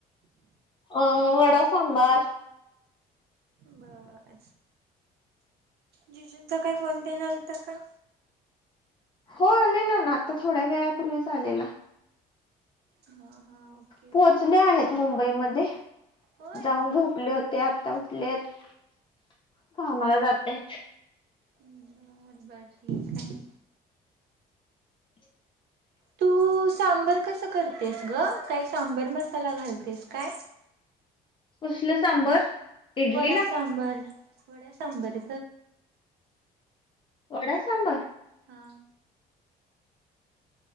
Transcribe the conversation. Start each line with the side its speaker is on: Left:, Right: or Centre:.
Left: अ वडा सांबार.
Right: बर जिजूनंचा काही फोन देण आलता का.
Left: हो आलेला ना आता थोड्या वेळापूर्वीच आलेला.
Right: हा हा ओके
Left: पोहचले
Right: ओके
Left: आहेत मुंबई मध्ये
Right: होय.
Left: जाऊन झोप. उठले होते आता उठले आहेत कामाला जात आहे.
Right: बरबर ठीक आहे.
Left: <inaudible>
Right: तू सांबर कसं करतेस ग काय सांबर मसाला घालतेस काय?
Left: कसलं सांबर? इडलीला
Right: वडा सांबर वड्या सांबर.
Left: वडा सांबार?
Right: हा.